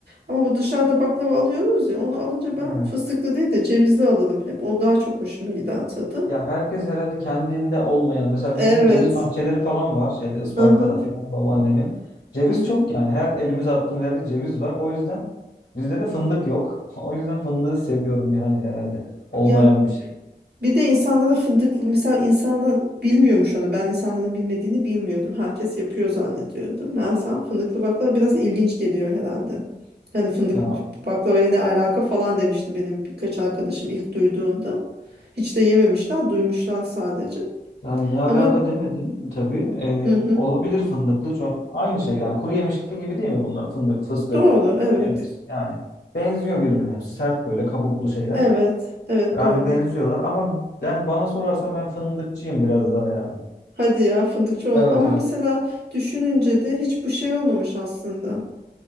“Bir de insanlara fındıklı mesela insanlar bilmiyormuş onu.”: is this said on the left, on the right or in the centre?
Right